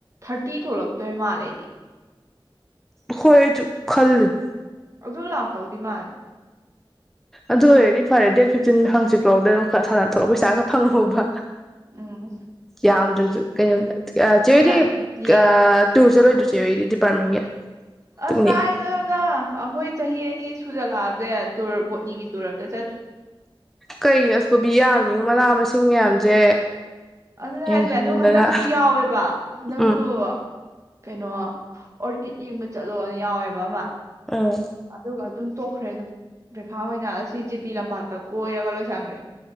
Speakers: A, on the right; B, in the centre.
A: ꯊꯥꯔꯇꯤ ꯊꯣꯛꯂꯛꯇꯣꯏ ꯃꯥꯜꯂꯦ ꯑꯩꯗꯤ
B: ꯍꯣꯏ ꯑꯩꯖꯨ ꯈꯜꯂꯤꯅꯦ
A: ꯑꯗꯨ ꯂꯥꯛ ꯇꯧꯗꯤ ꯃꯥꯜꯂꯦ
B: ꯑꯗꯨ ꯑꯣꯏꯔꯗꯤ ꯐꯔꯦ ꯗꯦꯠ ꯐꯤꯞꯇꯤꯟ ꯍꯪꯆꯤꯛꯐꯥꯎꯗꯤ ꯑꯗꯨꯝ ꯈꯔ ꯁꯥꯟꯅ ꯊꯣꯛꯑꯒ ꯄꯩꯁꯥ ꯈꯔ ꯐꯪꯍꯧꯕ
A: ꯎꯝ
B: ꯌꯥꯝꯗ꯭ꯔꯁꯨ ꯀꯩꯅꯣ
A: ꯌꯥꯅꯤ
B: ꯆꯦꯗꯤ
A: ꯌꯥꯅꯤ ꯌꯦꯡꯉꯣ
B: ꯑꯥ ꯇꯨꯔ ꯆꯂꯣꯏ ꯗꯣ ꯆꯦ ꯍꯣꯏꯗꯤ ꯗꯤꯄꯥꯔꯠꯃꯦꯟꯒꯤ
A: ꯑꯁ
B: ꯄꯤꯛꯅꯤꯛ
A: ꯀꯥꯏꯗꯩꯅꯣꯗ ꯑꯩꯈꯣꯏ ꯆꯍꯤ ꯑꯅꯤ ꯁꯨꯖꯜꯂꯛꯑꯕꯁꯦ ꯇꯨꯔ ꯕꯣꯠꯅꯤꯒꯤ ꯇꯨꯔ ꯑꯝꯇ ꯆꯠꯇ꯭ꯔꯤ
B: ꯀꯩꯅꯣ ꯁꯨꯕꯤ ꯌꯥꯝꯅꯤꯉꯣ ꯃꯅꯥ ꯃꯁꯤꯡ ꯃꯌꯥꯝꯁꯦ
A: ꯑꯗꯨꯅ
B: ꯌꯦꯡꯍꯟꯗꯅ
A: ꯍꯥꯏꯁꯦ ꯑꯗꯨ ꯍꯟꯗꯛꯁꯨ ꯌꯥꯎꯋꯦꯕ ꯍꯟꯗꯛꯁꯨ
B: ꯎꯝ
A: ꯀꯩꯅꯣ ꯑꯣꯔꯀꯤꯠ ꯌꯦꯡꯕ ꯆꯠꯂꯣꯅ ꯌꯥꯎꯋꯦꯕ ꯑꯃ
B: ꯎꯝ
A: ꯑꯗꯨꯒ ꯑꯗꯨꯝ ꯇꯣꯛꯈ꯭ꯔꯦ ꯑꯗꯨꯝ ꯄꯩꯈꯥ ꯑꯣꯏꯅ ꯑꯁꯤ ꯖꯤꯄꯤ ꯂꯝꯄꯥꯛꯇ ꯀꯣꯏꯔꯒ ꯂꯣꯏꯁꯟꯈ꯭ꯔꯦ